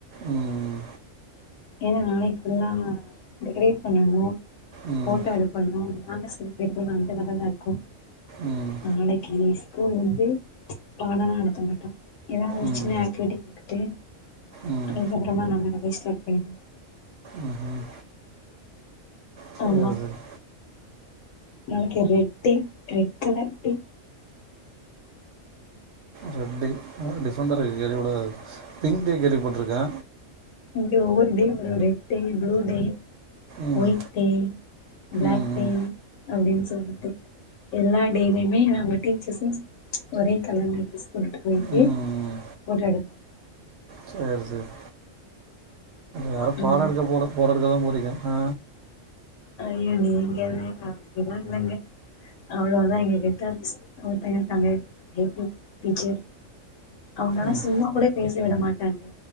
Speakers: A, on the right; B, on the left.
A: ம்
B: ஏன்னா நாளைக் ஃபுல்லா இந்த கிரேட் பண்ணணு
A: ம்
B: போட்டோ எடுக்கனு நாங்க சிறு பேரு <unintelligible> இருக்கோ
A: ம்
B: நாளைக்கி ஸ் அப்போ வந்து பாட நடத்த மாட்டா எல்லா <unintelligible>
A: ம்
B: ஆக்டிவிட்டி டி
A: ம்
B: அதுக்கப்புறமா நம்ம உங்க இஷ்டம் பணிமாற
A: ம் ம் சேரி
B: ஆமா
A: சேரி
B: நாளைக்கு red day red colour day
A: red day December <unintelligible> pink day கேள்வி பட்ருக்கே
B: இங்க ஒவ்வொரு டே வரு ரெட் டே ப்ளூ டே
A: ம்
B: ஒயிட் டே பிளாக்
A: ம்
B: டே அப்டின் சொல்லிட்டு எல்லா டே லைமே நாங்க டீச்சர்ஸு ஒரே கலர்ல ட்ரெஸ் போட்டு போய்ட்டு
A: ம் ம்
B: ஃபோட்டோ எடுப்போ
A: சேரி சேரி யாரு பாடொ
B: ம்
A: எடுக்க போல ஃபோட்டோ எடுக்க தா போறிங் க ஆ
B: ஐய்ய நீ எங்க வேணா ங்கதா இருந்தங்க அவ்ளோ தா எங்க <unintelligible> ஒருத்தங்க இருக்காங்க <unintelligible> டீச்சர் அவனலா
A: ம்
B: சும்மா கூட பேச விட மாட் டாங்க